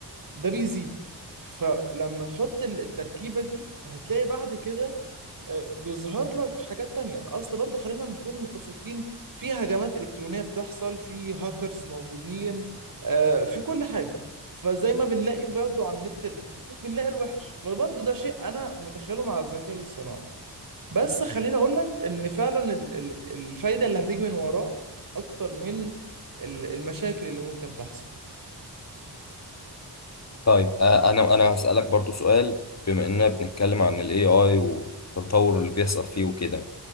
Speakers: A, on the right; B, on the left.
A: ده بيزيد فلما تحط ال- التركيبة دي هتلاقي بعد كده آه، بيظهر لك حاجات تانية اصل برضه خلينا نكون متفقين في هجمات الكترونية بتحصل في هاكرز موجودين آه، في كل حاجة فزي ما بنلاقي برضه على النت الحلو، بنلاقي الوحش فبرضه ده شيء انا متخيله مع الذكاء الاصطناعي بس خليني اقول لك ان فعلا ال- ال- الفايده اللي هتيجي من وراه اكتر من ال- المشاكل اللي ممكن تحصل
B: طيب آه، انا انا هسألك برضو سؤال بما اننا بنتكلم عن ال AI والتطور اللي بيحصل فيه وكده